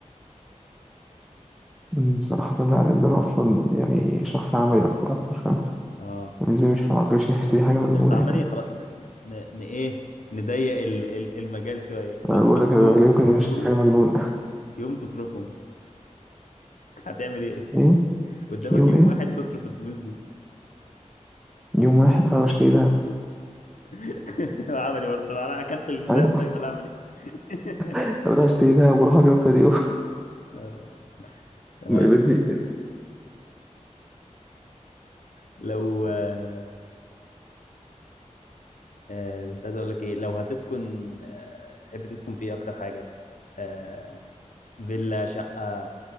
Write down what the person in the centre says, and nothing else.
أمم، صراحة لا لأن أنا أصلا يعني شخص عملي أصلا أكتر فاهم
بالنسبة لي مش ما أعتقدش إني هشتري
حاجة
مجنونة
فاهم
أنا
بقول لك أنا
لا
يمكن إني أشتري
حاجة
مجنونة
<laughs> إيه
يوم
إيه
يوم واحد هروح أشتري دهب
أيوة
<laughs> أروح أشتري دهب وأروح اليوم تاني يوم
<laughs> ما بدي